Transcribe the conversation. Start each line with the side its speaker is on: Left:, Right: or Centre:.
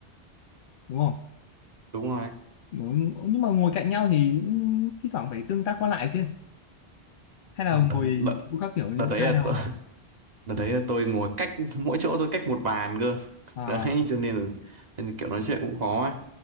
Left: đúng không
Right: đúng rồi
Left: đúng. nhưng mà ngồi cạnh nhau thì cũng thi thoảng phải tương tác qua lại chứ hay là
Right: không đợt,
Left: ngồi
Right: đợt,
Left: chỗ các kiểu như
Right: đợt đấy
Left: xa
Right: là
Left: nhau
Right: tôi- <laughs> đợt đấy là tôi ngồi cách mỗi chỗ tôi cách một bàn cơ <laughs>
Left: à?
Right: đấy cho nên là, nên là kiểu nói chuyện cũng khó á